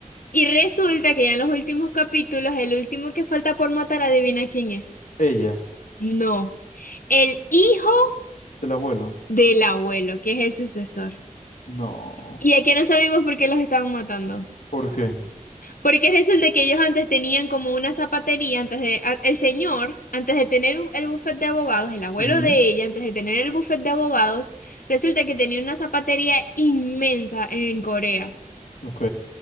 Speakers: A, on the left; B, on the left.
A: Y resulta que ya en los últimos capítulos, el último que falta por matar, adivina quién es.
B: Ella,
A: No. El hijo
B: del abuelo.
A: del abuelo, que es el sucesor.
B: No.
A: Y es que no sabemos por qué los estaban matando.
B: ¿Por qué?
A: Porque resulta que ellos antes tenían como una zapatería, antes de, a- el señor, antes de tener un- el bufete de abogados, el abuelo
B: Ujú,
A: de ella, antes de tener el bufete de abogados, resulta que tenía una zapatería inmensa en Corea.
B: Ok.